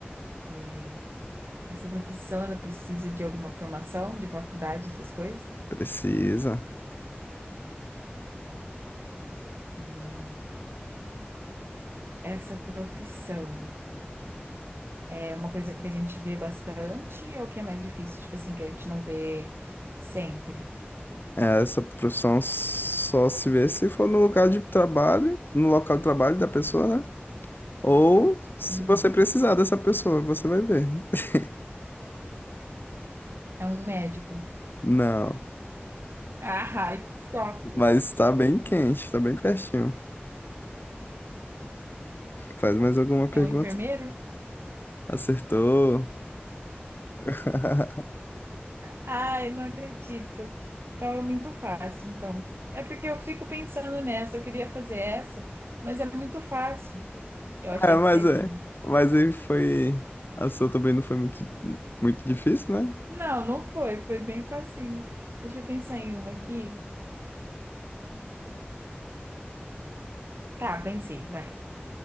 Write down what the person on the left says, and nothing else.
Precisa.
É, Essa profissão só se vê se for no lugar de trabalho, no local de trabalho da pessoa, né? Ou se
você precisar dessa pessoa, você vai ver. <laughs>
Não,
mas tá bem quente, tá bem pertinho. Faz mais alguma pergunta?
Acertou. <laughs>
É, mas
é.
Mas aí foi. A sua também não foi muito, muito difícil, né?